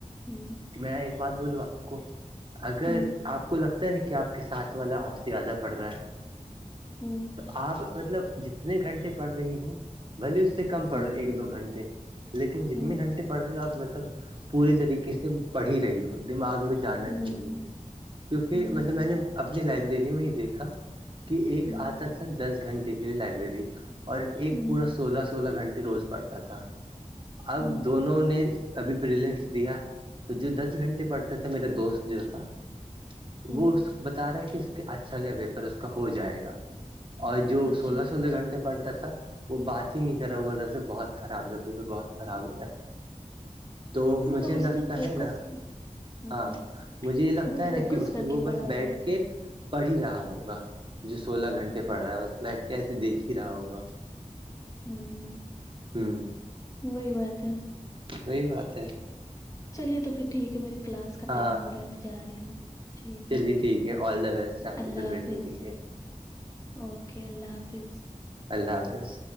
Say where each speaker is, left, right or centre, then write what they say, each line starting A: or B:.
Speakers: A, on the left; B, on the right.
A: ہوں
B: میں ایک بات بولوں آپ کو اگر
A: ہوں
B: آپ کو لگتا ہے کہ آپ کے ساتھ والا آپ سے زیادہ پڑ رہا ہے
A: ہوں
B: آپ مطلب جتنے گھنٹے پڑھ رہی ہو بھلیے اس سے کم پڑھو
A: ہوں
B: ایک دو گھنٹے لیکن جتنے
A: ہوں
B: گھنٹے پڑھ رہی ہو آپ مطلب پوری طریقے سے پڑ ہی رہی ہو دماغ میں جانا
A: ہوں
B: چاہے کیونکہ
A: ہوں
B: مطلب
A: ہوں
B: میں نے اپنی لائبریری میں ہی دیکھا کہ ایک
A: ہوں
B: آتا تھا دس گھنٹے کے لیے لائبریری اور ایک
A: ہوں
B: پورا سولہ سولہ گھنٹے روز پڑتا تھا اب
A: ہوں
B: دونوں نے ابھی پلنس دیا تو جو دس گھنٹے پڑتا تھا میرا دوست جو تھا
A: ہوں
B: وہ اس کو بتا رہا ہے کہ اس کا اچھا کیا ویپر اس کا ہو جائے گا اور جو
A: اچھا
B: سولہ سولہ گھنٹے پڑتا تھا وہ بات ہی نہیں کرا بول رہے تھے بہت خراب جو بہت خراب ہو گیا تو
A: مطلب
B: مجھے
A: اس
B: لگتا
A: نے فوکس
B: ہے نا
A: ہوں
B: ہاں مجھے یہ لگتا
A: وہ
B: ہے
A: فوکس
B: نا کہ اس
A: کر
B: سے وہ
A: کے
B: بس
A: پڑھا ہوگا
B: بیٹھ کے پڑھ ہی رہا ہوگا جو سولہ
A: ہوں
B: گھنٹے پڑھ رہا ہے بس بیٹھ کے ایسے دیکھ ہی رہا ہوگا
A: ہوں
B: ہوں
A: وہی بات ہے
B: وہی بات ہے
A: چلیے تو پھر ٹھیک ہے میری کلاس کا
B: ہاں
A: ٹائم ہو رہا ہے میں جا رہی ہوں ٹھیک
B: چلیے
A: ہے
B: ٹھیک ہے آل دا بیسٹ آپ
A: اللہ
B: کے پریپریشن
A: حافظ
B: کے لیے
A: اوکے اللہ حافظ
B: اللہ حافظ